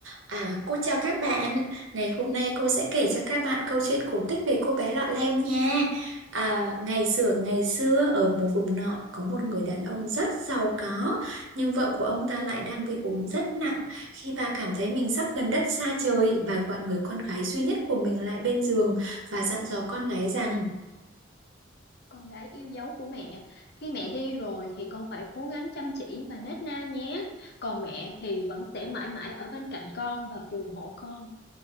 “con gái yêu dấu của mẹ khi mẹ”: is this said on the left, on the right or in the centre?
Left